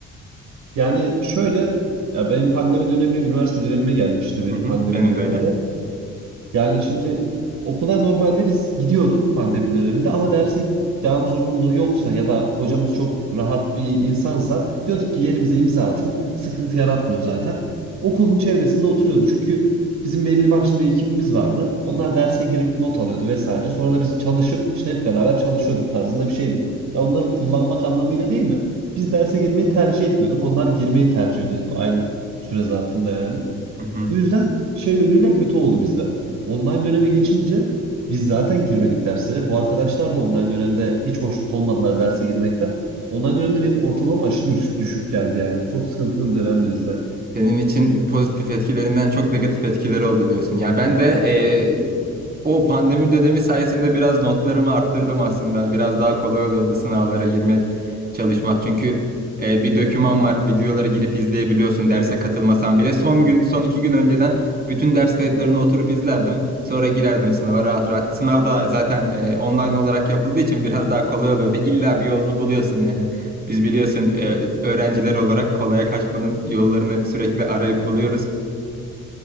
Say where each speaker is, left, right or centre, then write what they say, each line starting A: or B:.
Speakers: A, on the right; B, on the right.
A: Yani şöyle ya benim pandemi dönemi üniversite dönemime gelmişti benim
B: Hı hı.
A: pandemi
B: Benim
A: döneminde.
B: de öyle.
A: Yani şimdi okula normalde biz gidiyorduk pandemi döneminde ama derse devam zorunluluğu yoksa ya da hocamız çok rahat bir insansa diyorduk ki yerimize imza atın. Sıkıntı yaratmıyor zaten. Okulun çevresinde oturuyorduk. Çünkü bizim belli başlı bir ekibimiz vardı. Onlar derse girip not alıyordu vesaire. Sonra da biz çalışıp işte hep beraber çalışıyorduk tarzında bir şeydi. Ya onları kullanmak anlamıyla değil de biz derse girmeyi tercih etmiyorduk. Onlar girmeyi tercih ediyordu aynı süre zarfında yani.
B: Hı hı.
A: Bu yüzden şey yönüyle kötü oldu bizde. Online döneme geçince biz zaten girmedik derslere. Bu arkadaşlar da online dönemde hiç hoşnut olmadılar derse girmekten. Online dönemde benim ortalama aşırı düş- düşük geldi yani. Çok sıkıntılı bir dönemdi bizde.
B: Senin için pozitif etkilerinden çok negatif etkileri oldu diyorsun. Ya ben de eee, o pandemi dönemi sayesinde biraz notlarımı arttırdım aslında. Biraz daha kolay oluyordu sınavlara girmek, çalışmak. Çünkü eee, bir döküman var. Videoları girip izleyebiliyorsun derse katılmasan bile. Son gün, son iki gün önceden bütün ders kayıtlarını oturup izlerdim. Sonra girerdim sınava rahat rahat. Sınav da zaten eee, online olarak yapıldığı için biraz daha kolay oluyordu. İlla bir yolunu buluyorsun yani. Biz biliyorsun e, öğrenciler olarak kolaya kaçmanın yollarını sürekli arayıp buluyoruz.